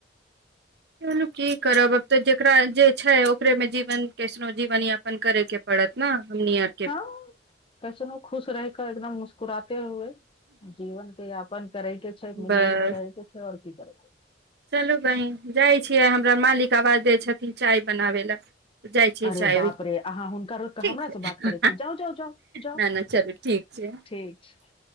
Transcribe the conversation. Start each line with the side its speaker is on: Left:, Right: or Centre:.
Right: चलू कि करब आब तऽ जेकरा जे छै ओकरे मे जीवन केसनो जीवन यापन करे के पड़त ने हमनी य
Left: ह कैसनो खुश रह कऽ एकदम मुस्कुराते हुए जीवन के यापन करैके छै
Right: बस
Left: मिलजुल के रहैके छै और कि करे
Right: चलू बहिन जाई छियै हमरा मालिक आवाज दय छथिन चाय बनाबै लए जाई छीय
Left: अरे
Right: चाय
Left: बाप रे अहाँ हुनका रोकि कऽ
Right: ठीक
Left: हमरासँ
Right: छै
Left: बात करै छी जाउ जाउ जाउ जाउ
Right: नै नहि चलू ठीक छै
Left: ठीक छै।